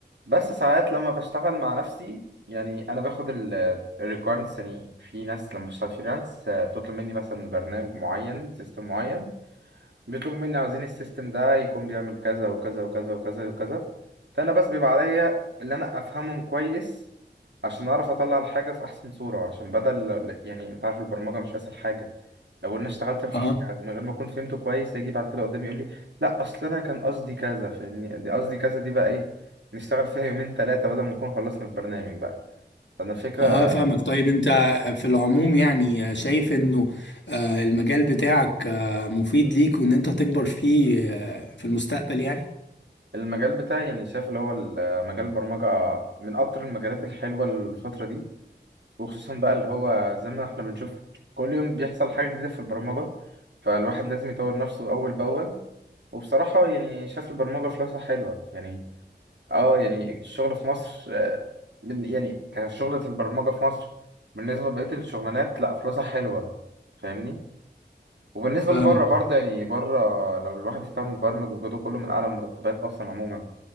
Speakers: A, on the right; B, on the left.
A: بس ساعات لما بشتغل مع نفسي يعني انا باخد الريكويرمنتس يعني في ناس لما بشتغل فريلانس آه، بتطلب مني مثلا برنامج معين سيستم معين بيطلبوا مني عاوزين السيستم ده يكون بيعمل كذا وكذا وكذا وكذا وكذا فانا بس بيبقى عليا اللي انا افهمهم كويس عشان اعرف اطلع الحاجه في احسن صوره عشان بدل يعني انت عارف البرمجه مش اسهل حاجه لو انا اشتغلت في الحاجه
B: اه
A: من غير ما اكون فهمته كويس هيجي بعد كده قدامي يقول لي لا اصل انا كان قصدي كذا فاهمني دي قصدي كذا دي بقى ايه نشتغل فيها يومين ثلاثه بدل ما نكون خلصنا البرنامج بقى فانا الفكره
B: اه فاهمك طيب انت في العموم يعني شايف انه آه، المجال بتاعك آه، مفيد ليك وان انت هتكبر فيه آه، في المستقبل يعني
A: المجال بتاعي يعني شايف اللي هو ال- مجال البرمجه من اكتر المجالات الحلوه الفتره دي وخصوصا بقى اللي هو زي ما احنا بنشوف كل يوم بيحصل حاجه جديده في البرمجه فالواحد لازم يطور نفسه اول باول وبصراحه يعني شايف البرمجه فلوسها حلوه يعني اه يعني الشغل في مصر آه، من- يعني كشغلة البرمجة في مصر بالنسبة لبقية الشغلانات لا فلوسها حلوة فاهمني وبالنسبة
B: فاهمك
A: لبره برضه يعني بره لو الواحد اشتغل مبرمج وجوده كله من أعلى المرتبات أصلا عموما